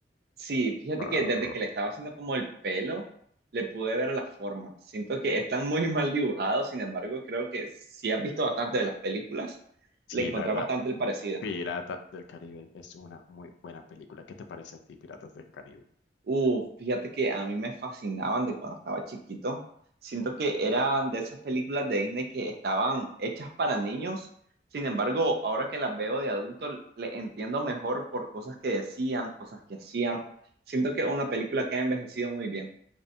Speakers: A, on the right (about 60°); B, on the left (about 80°).
A: Sí, fíjate
B: Sparrow.
A: que desde que le estaba haciendo como el pelo, le pude ver la forma. Siento que están muy <laughs> mal dibujados, sin embargo, creo que si has visto bastante de las películas,
B: Sí,
A: le encontrás
B: la verdad,
A: bastante el parecido.
B: Pirata del Caribe es una muy buena película. ¿Qué te parece a ti, Piratas del Caribe?
A: Uh, fíjate que a mí me fascinaban de cuando estaba chiquito. Siento que eran de esas películas de Disney que estaban hechas para niños. Sin embargo, ahora que las veo de adulto, le entiendo mejor por cosas que decían, cosas que hacían. Siento que es una película que ha envejecido muy bien.